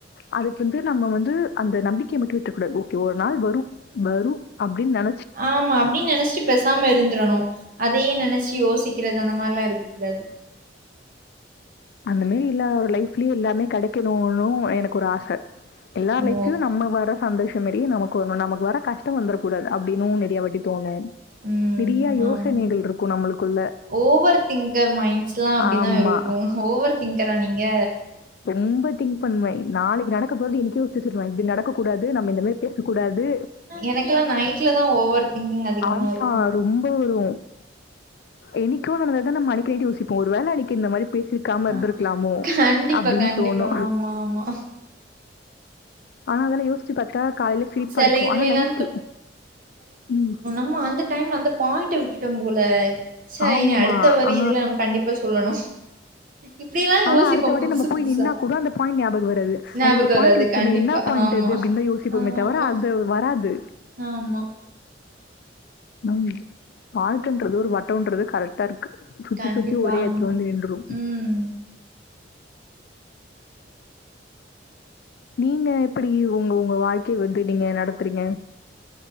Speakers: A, on the left (about 60°); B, on the right (about 50°).
A: அதுக்கு வந்து நம்ம வந்து அந்த நம்பிக்கைய மட்டு விட்ற கூடாது ஓகே ஒரு நாள் வரு வரு அப்டின் நென
B: ஆமா அப்டின்னு நெனச்சிட்டு பேசாம இருந்துரணு அதையே நெனச்சி யோசிக்கிறது அந்த மாரில்லா இருக்கக் கூடாது
A: அந்த மாரி இல்லா ஒரு லைஃப்லயு எல்லாமே கெடைக்கணுனு எனக் கொரு ஆச எல்லார்
B: ஓ!
A: லைஃப்லயு நம்ம வர சந்தோஷ மாரியே நமக்கு வர்னு நமக்கு வர கஷ்ட வந்துரக் கூடாது அப்டின்னு நெறையா வாட்டி தோணு
B: ம்.
A: நிறைய யோசனைகள்
B: ஆமா.
A: ருக்கு நம்மளுக்குள்ள
B: ஓவர் திங்கர் மைண்ட்ஸ்லாம் அப்படிதான்
A: ஆமா
B: இருக்கும். ஓவர் திங்கரா நீங்க
A: ரொம்ப திங்க் பண்வே நாளைக்கு நடக்க போறது இன்னிக்கே யோச்சிவெச்சுருவெ இப்டி நடக்கக் கூடாது நம்ம இந்த மாரி பேசக் கூடாது
B: எனக்கெல்லா நைட்ல தா ஓவர் திங்கிங் அதிகமா
A: ஆமா
B: இருக்கு
A: ரொம்ப வரு என்னிக்கோ நடந்தத நம்ம அன்னைக்கு நைட்டு யோசிப்போ ஒரு வேல அன்னைக்கு இந்த மாரி பேசி ம இருந்ருக்கலாமோ
B: அ கண்டிப்பா,
A: அப்டின்னு
B: கண்டிப்பா.
A: தோணு
B: ஆமா, ஆமா.
A: ஆனா அதெல்லா யோச் சிச்சி பாத்தா காலைல சிரிப்பா
B: செல
A: இருக்கு
B: இதுல
A: ஆனா
B: எல்லா
A: நைட்டு ம்
B: ம்மா அந்த டைம் அந்த பாயிண்ட விட்டுட்டோ போல ச
A: ஆமா.
B: இனி அடுத்த வர
A: ஆ.
B: இதுல நம்ம கண்டிப் பா சொல்லணு இப்டிலா
A: ஆனா
B: யோசிப்போ
A: அடுத்த வாட்டி
B: புதுசு
A: நம்ம போய்
B: புதுசா
A: நின்னா கூட அந்த பாயிண்ட் ஞாபக வராது அன்னைக்கு
B: ஞாபகோ
A: ஒரு பாயிண்ட்
B: வராது
A: வி ச்சமே
B: கண்டிப்பா
A: என்னா பாயிண்ட்
B: ஆமா
A: அது அப்டின்னு தா யோசிப்போமே
B: ஆமா
A: தவிர அது வராது
B: ஆமா
A: ம் வாழ்க்கன்றது ஒரு வட்டோன்றது கரெக்டா இருக்கு சுத்தி
B: கண்டிப்பா
A: சுத்தி ஒரே
B: ஆமா
A: எடத்துல வந்து நின்று
B: ம்
A: நீங்க எப்டி ஒங்க ஒங்க வாழ்க்கைய வந்து நீங்க நடத்துறீங்க